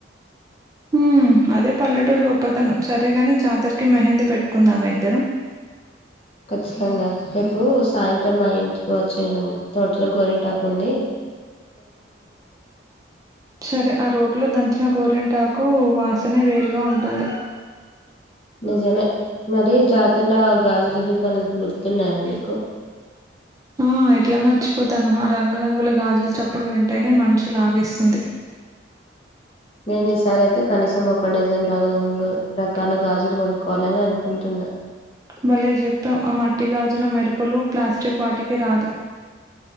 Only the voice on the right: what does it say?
ఉమ్ అది పల్లెటూ. టూరు గొప్పతనం సరేగాని జాతరకి మహేంది పెట్టుకుందామా ఇద్దరం.
సరే ఆ రోడ్లో దంచిన గోరెంటాకు వాస. వాసనే వేరుగా ఉంటుంది.
ఆహ్ ఎట్లా మర్చిపోతాను. రంగురంగుల గాజులు చప్పుడు వింటేనే మనుస్సు లాగేస్తుంది.
అవును.
భళ్లే చెప్పావ్ ఆ మట్టి గాజుల మెరుపులు ప్లాస్టిక్ వాటికి రాదు.